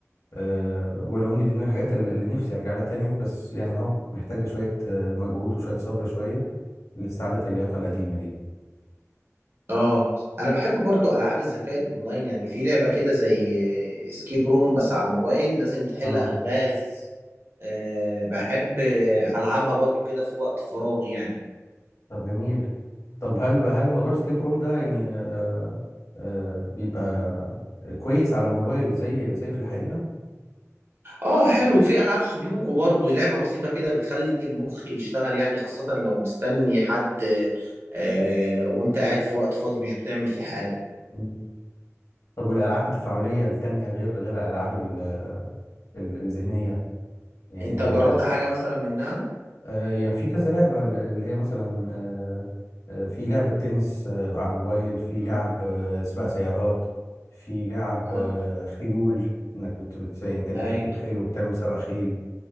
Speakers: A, on the left (about 75°); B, on the right (about 50°).
A: آه، ولو ان دي من الحاجات ال- اللي نفسي ارجع لها تاني يعني بس يعني اهو محتاجة شوية آه، مجهود وشوية صبر شوية لاستعادة اللياقة القديمة دي
B: اه انا بحب برضو العاب الذكاء الاونلاين يعني في لعبه كده زي سكيب روم بس على الموبايل لازم تحل
A: اه
B: الغاز أه بحب العبها برضو كده في وقت فراغي يعني
A: طب جميل طب هل هل موضوع السكيب روم ده يعني آه آه بيبقى كويس على الموبايل زي زي في الحقيقة
B: اه حلو في العاب سودوكو برضو لعبه بسيطه كده بتخلي المخ يشتغل يعني خاصه لو مستني حد أه وانت قاعد في وقت فاضي مش بتعمل فيه حاجه
A: مم. طب والألعاب التفاعلية التانية غير غير الألعاب ال- ال- الذهنية يعني
B: انت جربت حاجه مثلا منها
A: آه يعني في كذا لعبة ل- اللي هي مثلا آه آه، في لعبة تنس آه على الموبايل في
B: مم.
A: لعب آه سباق سيارات في لعب
B: اه
A: آه خيول انك بت بت- يعني كأنك
B: ايوه
A: راكب خيل وبتعمل سباق خيل